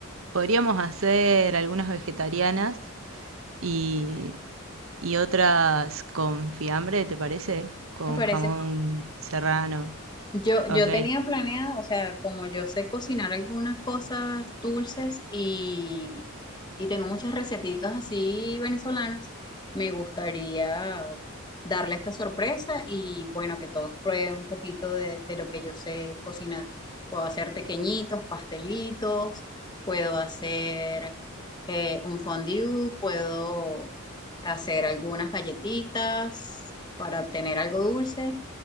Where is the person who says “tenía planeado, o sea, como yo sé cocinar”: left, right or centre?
Left